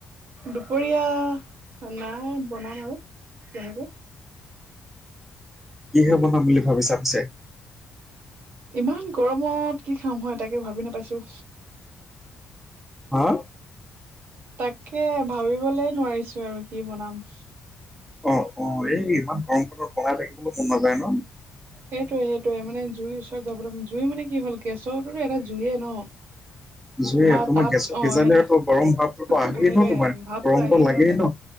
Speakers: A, on the right; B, in the centre.
A: দুপৰীয়া নাই বনাম আৰু লাহেকে
B: কিহে বনাম বুলি ভাবিছা পিছে
A: ইমান গৰমত কি খাম হয় তাকে ভাবি নাপাইছো
B: হা
A: তাকে ভাবিবলে নোৱাৰিছো আৰু কি বনাম
B: অ অ এই ইমান গৰম খনত বনাই থাকিবলৈ মন নাযায় ন
A: সেইটোৱে সেইটোৱে মানে জুইৰ ওচৰত যাবলৈ জুই মানে কি হ'ল গেছৰটোতো এটা জুইয়ে ন <unintelligible>
B: জুই
A: বা
B: তোমাৰ
A: তাপ
B: গেছত
A: অ
B: সিজালে
A: সেইটোৱে
B: তো গৰম ভাৱটোতো আহেই
A: সেইটোৱে
B: ন তোমাৰ
A: ভাৱটো
B: গৰমটো
A: আহেই
B: লাগেই
A: ন জেনেও